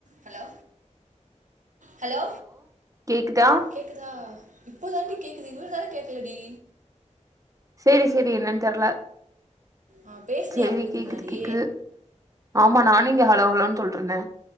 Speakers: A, on the right; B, on the right.
A: ஹலோ ஹலோ
B: கேக்குதா
A: கேக்குதா இப்போதாண்டி கேக்குது இவ்ளோ நேரோ கேக் கலடி
B: செரி செரி என்னன்னு தெர்ல
A: ஆ பேசுனியா
B: செரி
A: அப்ப இதுக்கு
B: கேக்குது
A: முன்னாடி
B: கேக்குது ஆமா நானு இங்க ஹலோ ஹலோன்னு சொல்ட்ருந்தே